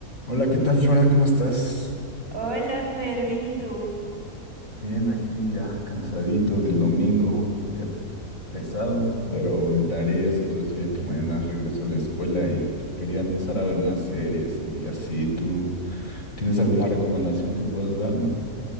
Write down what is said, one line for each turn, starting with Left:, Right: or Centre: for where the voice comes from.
Left: Hola, ¿qué tal, Flora? ¿Cómo estás?
Right: Hola, Fer, bien, ¿y tú?
Left: Bien, aquí ya cansadito del domingo, día pesado,
Right: Mm,
Left: pero en tareas y todo eso, ya que mañana regreso a la escuela y pues, quería empezar a ver unas series y así. ¿Tú tienes
Right: Sí,
Left: alguna recomendación que puedas darme?